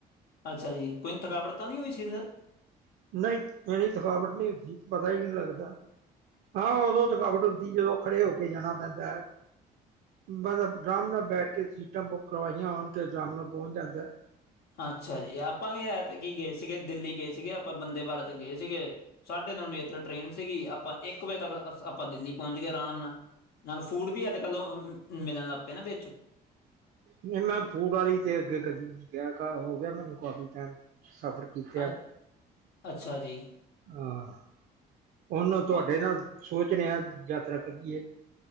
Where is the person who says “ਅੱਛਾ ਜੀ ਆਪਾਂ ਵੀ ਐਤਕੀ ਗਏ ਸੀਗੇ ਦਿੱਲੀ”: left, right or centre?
Left